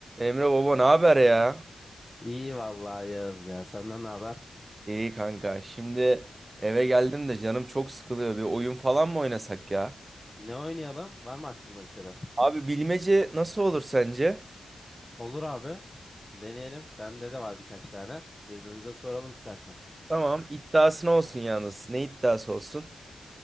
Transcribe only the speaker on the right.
Emre baba ne haber ya?
İyi kanka. Şimdi eve geldim de canım çok sıkılıyor. Bir oyun falan mı oynasak ya?
Abi bilmece nasıl olur sence?
Tamam, iddiasına olsun yalnız. Ne iddiası olsun?